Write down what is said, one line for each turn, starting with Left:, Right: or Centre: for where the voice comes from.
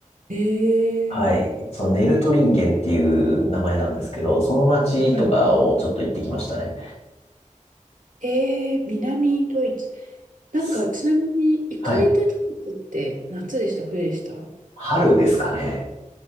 Right: えー。
Left: はい。そのネルトリンゲンっていう名前なんですけど、その町とかをちょっと行ってきましたね。
Right: はい。えー、南ドイツ。なんか、
Left: す
Right: ちなみに、行かれた季節って夏でした、
Left: はい。
Right: 冬でした
Left: 春ですかね。